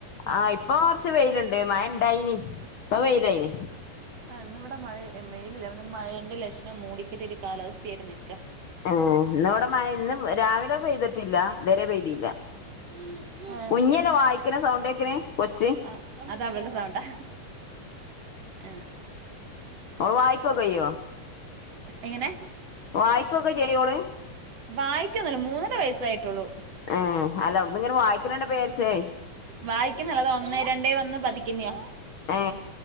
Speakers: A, on the left; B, on the right.
A: ആഹ് ഇപ്പൊ കൊറച്ച് വെയിലുണ്ട് മയാ ഇണ്ടായിന് ഇപ്പ വെയിലായിന്
B: ഇന് ഇവിടെ മഴ മെയിലില്ല മഴേന്റെ ലക്ഷണം മൂടിക്കിട്ട കാലാവസ്ഥയായിറ്റ് നിക്ക
A: ആ ഇന്നിടെ മഴ ഇന്നും രാവിലെ പെയ്തിട്ടില്ല ഇദ്വരെ പെയ്തില്ല
B: നിൽക്കുക
A: കുഞ്ഞന വായിക്കുന്ന സൗണ്ടേക്കിന് കൊച്ച്
B: ആ അത് അവളുടെ സൗണ്ടാ ആ
A: ഓൻ ആയിക്കോ കേയോ
B: എങ്ങനെ
A: വായിക്കൊക്കെ ചെയ്യോ ഓള്?
B: വായിക്കന്നല്ല മൂന്നര വയസ്സായിട്ടുള്ളൂ
A: ആ അല്ല അവിടന്ന് ഇങ്ങനെ വായിക്കണണ്ട പേരിച്ചേ
B: വായിക്കുന്നെയാത് ഒന്നേ രണ്ടേ വന്ന് പഠിക്കുന്ന്യാ
A: ഏ